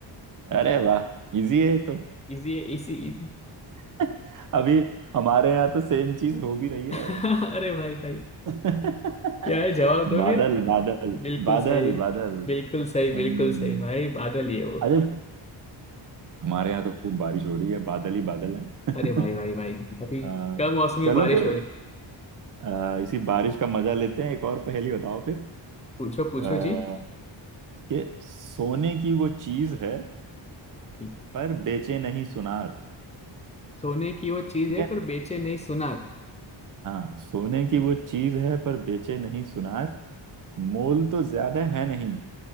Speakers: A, on the right; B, on the left.
A: अरे वाह इजी है ये तो
B: इजी है इसी इजी
A: <laughs> अभी हमारे यहाँ तो सेम चीज हो भी रही है
B: <laughs> अरे भाई भाई
A: <laughs>
B: क्या है जवाब
A: बादल
B: दोगे
A: बादल
B: बिल्कुल
A: बादल
B: सही
A: बादल
B: बिल्कुल सही
A: हम्म,
B: बिल्कुल सही भाई बादल ही है वो
A: अरे हमारे यहाँ तो खूब बारिश हो रही है बादल ही बादल है
B: अरे भाई
A: <laughs>
B: भाई भाई अभी
A: आ,
B: कम मौसमी
A: चलो
B: बारिश
A: फिर
B: हो रही
A: आ, इसी बारिश का मजा लेते हैं एक और पहेली बताओ फिर
B: पूछो
A: आ,
B: पूछो जी
A: कि सोने की वो चीज है
B: ठीक
A: पर बेचे नहीं सुनार
B: सोने की वो चीज
A: ठीक
B: है
A: है
B: पर बेचे नहीं सुनार
A: हाँ सोने की वो चीज है पर बेचे नहीं सुनार मोल तो ज्यादा है नहीं